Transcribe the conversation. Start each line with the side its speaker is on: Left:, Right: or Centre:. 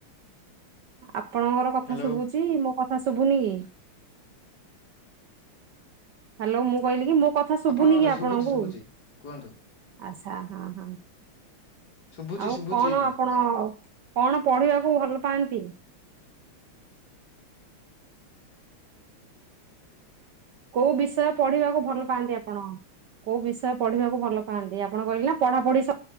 Right: ଆପଣଙ୍କର କଥା
Left: ହ୍ୟାଲୋ
Right: ଶୁଭୁଚି। ମୋ କଥା ଶୁଭୁନି କି? ହାଲୋ ମୁଁ କହିଲି ମୋ କ ଥା ଶୁଭୁନି
Left: ଆପଣଙ୍କ କଥା
Right: କି ଆପଣଙ୍କୁ?
Left: ଶୁଭୁଛି ଶୁଭୁଛି କୁହନ୍ତୁ
Right: ଆଛା ହଁ ହଁ।
Left: ଶୁଭୁଛି
Right: ଆଉ
Left: ଶୁଭୁଛି
Right: କଣ ଆପଣ କଣ ପଢିବାକୁ ଭଲ ପାଆନ୍ତି? କୋଉ ବିଷୟ ପଢିବାକୁ ଭଲ ପାଆନ୍ତି ଆପଣ? କୋଉ ବିଷୟ ପଢିବାକୁ ଭଲ ପାଆନ୍ତି? ଆପଣ କହିଲେ ନା ପଢା ପଢି ସ